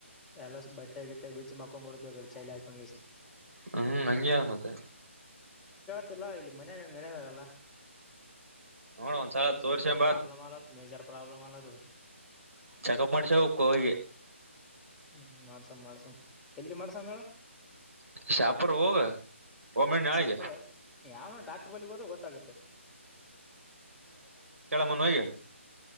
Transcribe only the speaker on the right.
ಹ್ಮ ಹಂಗೆ ಮತ್ತೆ.
ನೋಡ ಒಂದ್ಸಲ
ತೋರ್ಸಂಬ
ಚೆಕಪ್ ಮಾಡ್ಸ ಹೋಗಿ
ಶಾಪುರ ಹೋಗಮೇನ್ ನಾಳೆಗೆ.
ಮನ್ ಹಗೆ.